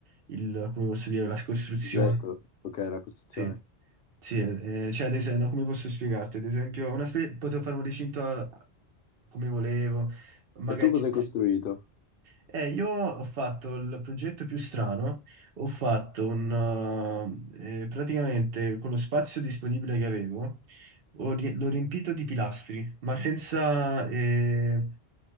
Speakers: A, on the right; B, on the left.
A: il- come posso dire, la costruzione.
B: Oggetto, ok, la costruzione.
A: Sì, sì, eh, eh, cioè, ad esempio, come posso spiegarti? Ad esempio, una spe- potevo fare un recinto al- come volevo, magari...
B: E tu cosa
A: sì.
B: hai costruito?
A: Eh, io ho fatto il progetto più strano, ho fatto un... eh, eh, praticamente con lo spazio disponibile che avevo, ho ri- l'ho riempito di pilastri, ma senza... eh,